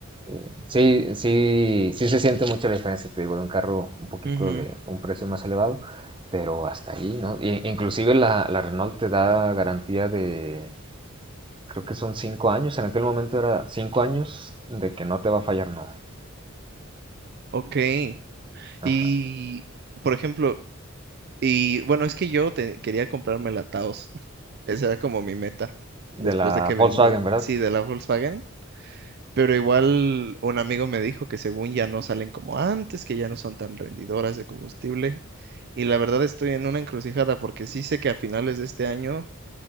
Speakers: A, on the right; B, on the right.
A: eh, sí, sí, sí se siente mucho la diferencia, te digo, de un carro un poquito
B: Ujú,
A: de un precio más elevado, pero hasta ahí, ¿no? I- inclusive la, la Renault te da garantía de, creo que son 5 años, en aquel momento era 5 años de que no te va a fallar nada.
B: Ok.
A: Ajá.
B: Y, por ejemplo, y bueno, es que yo te- quería comprarme la Taos. <laughs> Esa era como mi meta después
A: De la
B: de que
A: Volkswagen,
B: vendí,
A: ¿verdad?
B: sí, de la Volkswagen. Pero igual un amigo me dijo que según ya no salen como antes, que ya no son tan rendidoras de combustible. Y la verdad estoy en una encrucijada porque sí sé que a finales de este año